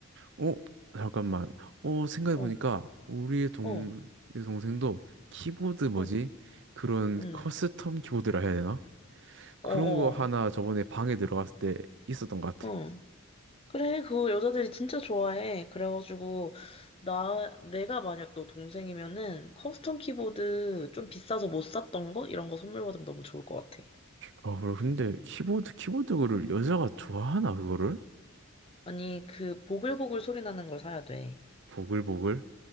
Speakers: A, on the right; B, on the left.
A: 어 잠깐만 어 생각해
B: 어,
A: 보니까 우리의 동
B: 어,
A: 내 동생도 키보드 뭐지
B: 어,
A: 그런
B: 응,
A: 커스텀 키보드라 해야 되나
B: 어,
A: 그런 거 하나
B: 어,
A: 저번에 방에 들어갔을 때 있었던 것 같아
B: 어. 그래, 그거 여자들이 진짜 좋아해. 그래가지고, 나, 내가 만약 너 동생이면은 커스텀 키보드 좀 비싸서 못 샀던 거? 이런 거 선물 받으면 너무 좋을 것 같아.
A: 아, 그래. 근데 키보드, 키보드를 여자가 좋아하나, 그거를?
B: 아니, 그 보글보글 소리 나는 걸 사야 돼.
A: 보글보글?